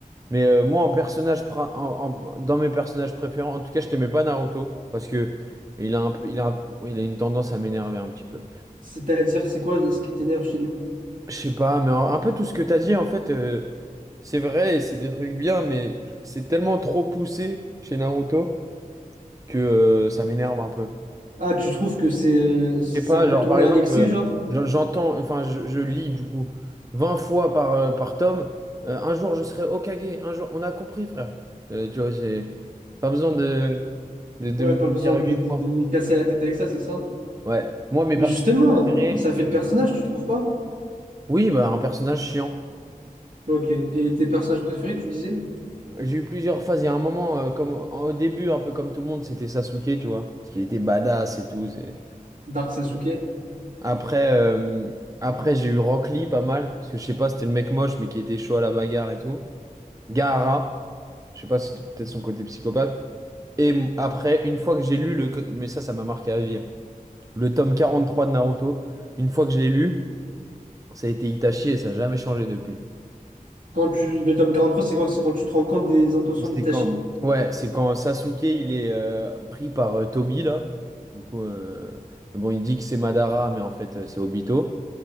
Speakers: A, on the right; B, on the right.
A: mais euh, moi, en personnage, pra- en- en- dans mes personnages préférés, en tout cas, je t'aimais pas Naruto parce que il a un peu, il a, il a une tendance à m'énerver un petit peu.
B: C'est-à-dire, c'est quoi ce qui t'énerve chez nous?
A: Je sais pas, mais un un peu tout ce que t'as dit, en fait. euh, C'est vrai, c'est des trucs bien, mais c'est tellement trop poussé chez Naruto que euh, ça m'énerve un peu.
B: Ah, tu trouves que c'est euh, c'est
A: Je sais pas,
B: un peu
A: genre
B: tourné
A: par exemple,
B: à l'excès,
A: euh,
B: genre?
A: j'en- j'entends, enfin je, je lis du coup 20 fois par, euh, par tome, euh, un jour je serai Hokage, un jour on a compris frère. Euh, tu vois, c'est pas besoin de, de, de
B: Ouais,
A: me
B: pas
A: le
B: besoin
A: dire
B: de,
A: huit
B: de-
A: fois.
B: de nous casser la tête avec ça, c'est ça?
A: Ouais, moi mes
B: Mais
A: personnages
B: justement,
A: préférés,
B: ça fait le personnage, tu trouves pas?
A: oui, bah un personnage chiant.
B: Ok. Et tes personnages préférés, tu disais?
A: J'ai eu plusieurs phases, il y a un moment, euh, comme au au début, un peu comme tout le monde, c'était Sasuke, tu vois, parce qu'il était badass et tout. c'est...
B: Dark Sasuke.
A: Après, euh, après j'ai eu Rock Lee pas mal, parce que je sais pas, c'était le mec moche, mais qui était chaud à la bagarre et tout. Gaara, je sais pas, si c'est peut-être son côté psychopathe. Et m- après, une fois que j'ai lu le, co- mais ça, ça m'a marqué à vie, hein. le tome 43 de Naruto, une fois que je l'ai lu, ça a été Itachi et ça n'a jamais changé depuis.
B: Quand tu, le tome quarante trois c'est quoi? C'est quand tu te rends compte des intentions
A: Et C'est
B: d'Itachi?
A: quand, ouais, c'est quand Sasuke, il est euh, pris par euh, Tobi, là. Du coup, euh, mais bon, il dit que c'est Madara, mais en fait, euh, c'est Obito.